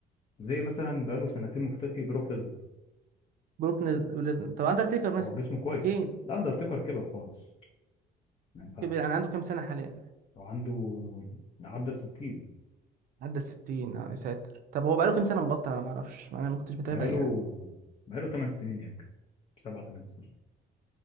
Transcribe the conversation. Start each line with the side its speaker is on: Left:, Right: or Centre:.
Left: زي مثلا بقاله سنتين مختفي بروك ليزنر
Right: بروك نز- ليزنر طب اندرتيكر مثلا
Left: هو جسمه كويس
Right: كين
Left: لا اندرتيكر كبر خالص ما ينفعش
Right: كبر يعني عنده كام سنه حاليا
Left: وعنده عدى الستين
Right: عدى الستين اه يا ساتر طب هو بقاله كام سنه مبطل انا ما اعرفش انا ما كنتش متابع
Left: بقاله
Right: يعني
Left: بقاله تمن سنين يمكن سبعة تمن سنين